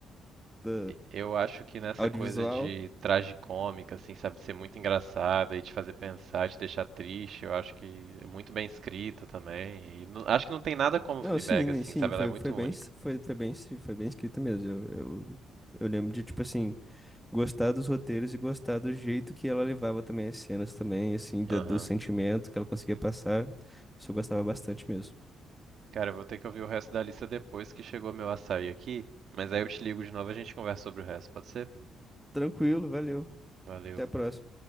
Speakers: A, in the centre; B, on the right.
A: da
B: E- Eu acho que nessa
A: audiovisual?
B: coisa de tragicômica, assim, sabe, de ser muito engraçada e te fazer pensar, te deixar triste, eu acho que é muito bem escrita também. E não- acho que não tem nada como
A: Não,
B: Fleabag,
A: sim, né,
B: assim,
A: sim,
B: sabe,
A: foi,
B: ela é muito
A: foi
B: única.
A: bem, es- foi, foi bem, es- foi bem escrito mesmo. Eu, eu, eu lembro de, tipo assim, gostar dos roteiros e gostar do jeito que ela levava também as cenas também, assim, do,
B: Aham.
A: do sentimento que ela conseguia passar. Isso eu gostava bastante mesmo.
B: Cara, eu vou ter que ouvir o resto da lista depois que chegou meu açaí aqui, mas aí eu te ligo de novo e a gente conversa sobre o resto, pode ser?
A: Tranquilo, valeu.
B: Valeu.
A: Até a próxima.